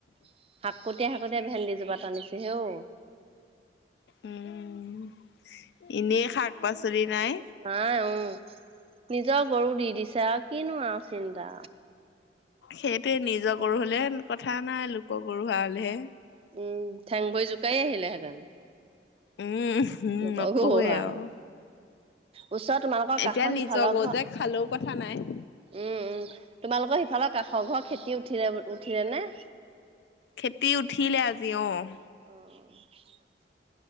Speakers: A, on the right; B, on the left.
A: শাকতিয়াই শাকতিয়াই ভেন্দি জোপা টানিছো হেও।
B: উম, এনেই শাক পাচলি নাই।
A: নাই অ', নিজৰ গৰু দি দিছে আৰু কিনো আৰু চিন্তা।
B: সেইটোৱে নিজৰ গৰু হলে কথা নাই লোক গৰু হোৱা হলেহে।
A: উম, ঠেং বৈ জোকাই আহিলেহেঁতেন।
B: উম, উম
A: লোকৰ
B: নকবয়ে
A: গৰু হোৱা
B: আৰু।
A: হ'লে। ওচৰৰ তোমালোকৰ কাষৰ
B: এতিয়া নিজৰ
A: সিফালৰ
B: গৰু
A: ঘৰ
B: যে খালেও কথা নাই।
A: উম, উম তোমালোকৰ সিফালৰ কাষৰ ঘৰ খেতি। উঠিল উঠিলে নে?
B: খেতি উঠিলে আজি অ'।
A: অ'।